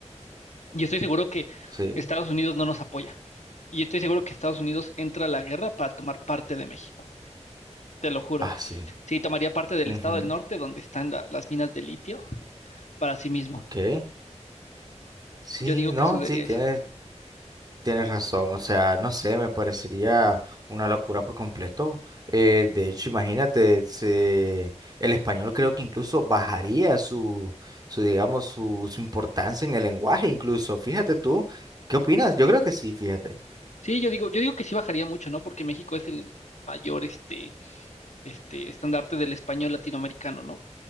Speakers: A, on the left; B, on the right.
A: yo estoy seguro que
B: sí.
A: Estados Unidos no nos apoya, y estoy seguro que Estados Unidos entra a la guerra para tomar parte de México, te lo juro.
B: Ah, sí.
A: Sí, tomaría parte del
B: ujú,
A: estado del norte donde están la- las minas de litio para sí mismo.
B: Ok. Sí,
A: Yo digo
B: no,
A: que sucedería
B: sí, tienes.
A: eso.
B: Tienes razón, o sea, no sé, me parecería una locura por completo. Eh, de hecho, imagínate, se- el español creo que incluso bajaría su, su digamos, su, su importancia en el lenguaje, incluso. Fíjate tú, ¿qué opinas? Yo creo que sí, fíjate.
A: Sí, yo digo, yo digo que sí bajaría mucho, ¿no? Porque México es el mayor este, este estandarte del español latinoamericano, ¿no?